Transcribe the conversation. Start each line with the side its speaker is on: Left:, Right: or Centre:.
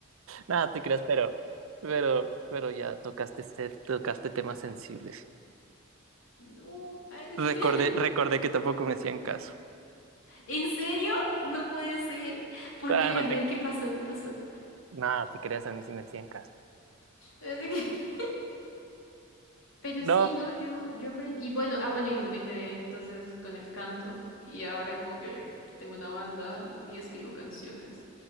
Right: Nada, te creas, pero, pero, pero ya tocaste, este- tocaste temas sensibles.
Left: No. ah, <laughs>
Right: Recordé, recordé que tampoco me hacían caso.
Left: ¿En serio? No puede ser. ¿Por
Right: Ah,
Left: qué?
Right: no
Left: A ver,
Right: te,
Left: ¿qué pasó? ¿Qué pasó?
Right: nada, te creas, a mí sí me hacían caso.
Left: <laughs> Pero
Right: No,
Left: sí, no, yo, yo aprendí. Y bueno, ah, bueno, y me quedé entonces con el canto. Y ahora como que tengo una banda mm, y escribo canciones.